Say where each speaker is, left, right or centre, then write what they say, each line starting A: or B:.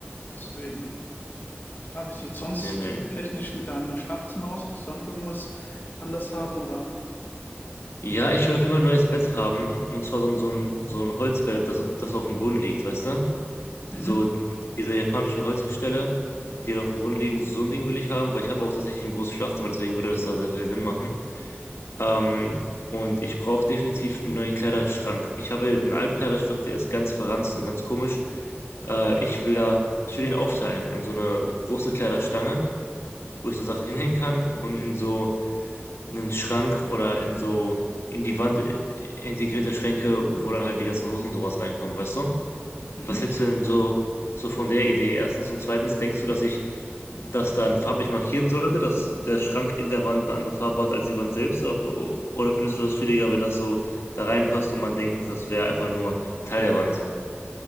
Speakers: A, on the left (about 55°); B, on the left (about 80°).
A: Deswegen, ja, wie sieht sonst
B: Nee, nee.
A: technisch mit deinem Schlafzimmer aus? Willst du da noch irgendwas anders haben oder?
B: Ja, ich will auf jeden Fall ein neues Bett haben. Und zwar so ein, so ein, so ein Holzbett, das, das auf dem Boden liegt, weißt du?
A: Mhm.
B: So diese japanischen Holzgestelle, die auf dem Boden liegen, so ein Ding will ich haben, weil ich habe auch tatsächlich ein großes Schlafzimmer, deswegen würde das da sehr viel Sinn machen. Ähm, und ich brauche definitiv einen neuen Kleiderschrank. Ich habe einen alten Kleiderschrank, der ist ganz verranzt und ganz komisch. Äh, ich will da, ich will den aufteilen in so eine große Kleiderstange, wo ich so Sachen hinhängen kann und in so einen Schrank oder in so in die Wand i- integrierte Schränke, wo dann halt die ganzen Hosen und sowas reinkommen, weißt du?
A: Mhm.
B: Was hältst du denn so, so von der Idee? Erstens und zweitens, denkst du, dass ich das dann farblich markieren sollte, dass der Schrank in der Wand eine andere Farbe hat als die Wand selbst? O- o- Oder findest du das chilliger, wenn das so da reinpasst und man denkt, das wäre einfach nur Teil der Wand?